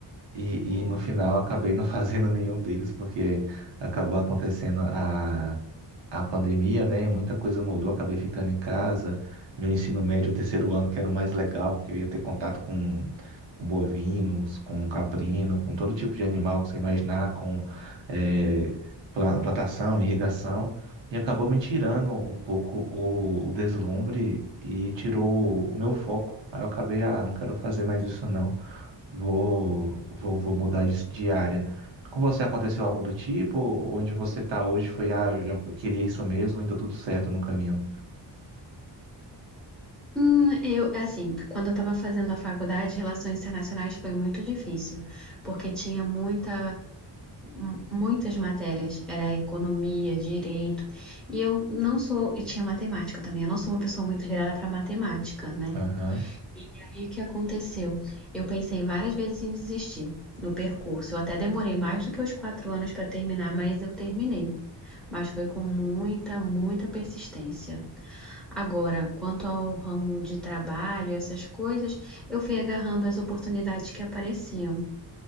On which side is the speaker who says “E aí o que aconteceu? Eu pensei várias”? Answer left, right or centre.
Centre